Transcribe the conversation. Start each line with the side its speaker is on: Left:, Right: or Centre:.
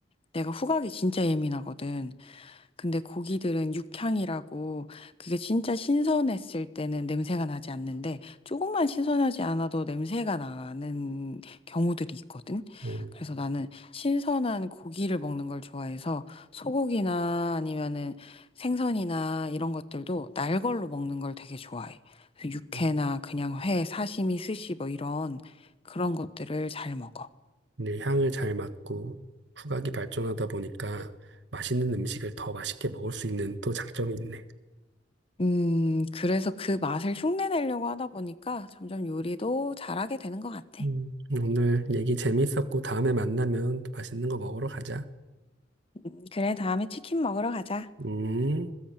Left: 내가 후각이 진짜 예민하거든. 근데 고기들은 육향이라고 그게 진짜 신선했을 때는 냄새가 나지 않는데 조금만 신선하지 않아도 냄새가 나는 경우들이 있거든.
Right: 어,
Left: 그래서 나는 신선한 고기를 먹는 걸 좋아해서 소고기나 아니면은 생선이나 이런 것들도 날 걸로 먹는 걸 되게 좋아해. 그래서 육회나
Right: 어,
Left: 그냥 회, 사시미, 스시 뭐 이런 그런 것들을 잘 먹어.
Right: 근데 향을 잘 맡고 후각이 발전하다 보니까 맛있는 음식을 더 맛있게 먹을 수 있는 또 장점이 있네.
Left: 음, 그래서 그 맛을 흉내 내려고 하다 보니까 점점 요리도 잘하게 되는 것 같아.
Right: 음. 오늘 얘기 재밌었고 다음에 만나면 또 맛있는 거 먹으러 가자.
Left: 음, 그래, 다음에 치킨 먹으러 가자.
Right: 음.